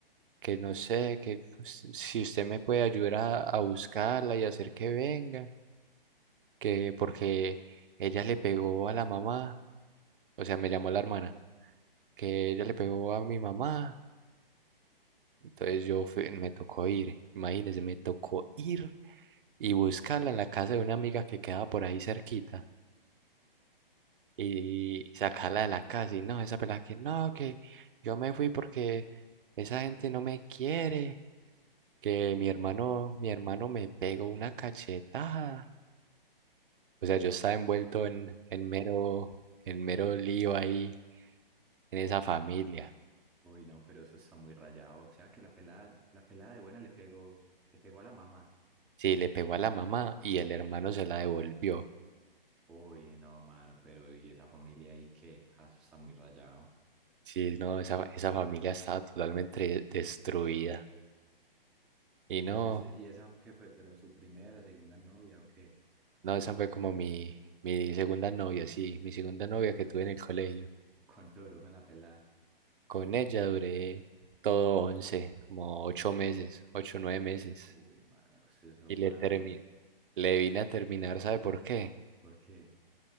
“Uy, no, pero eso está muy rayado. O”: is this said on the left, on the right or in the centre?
Centre